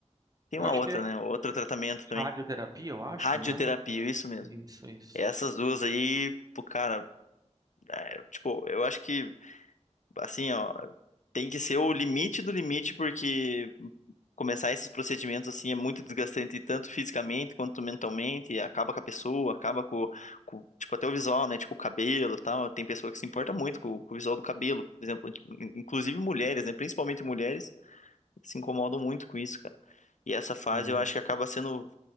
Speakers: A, on the left (about 90°); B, on the right (about 30°).
A: tem
B: Eu
A: uma
B: acho
A: outra,
B: que é
A: né? Outro tratamento também.
B: radioterapia, eu acho,
A: Radioterapia,
B: né?
A: isso mesmo.
B: Isso, isso.
A: Essas duas aí, pô, cara, é, tipo, eu acho que assim, ó, tem que ser o limite do limite, porque começar esses procedimentos assim é muito desgastante, tanto fisicamente quanto mentalmente, e acaba com a pessoa, acaba com, com, tipo, até o visual, né? Tipo, o cabelo e tal. Tem pessoa que se importa muito com, com o visual do cabelo, por exemplo, tipo, in- inclusive mulheres, né? Principalmente mulheres se incomodam muito com isso, cara. E essa fase
B: Sim,
A: eu acho que acaba sendo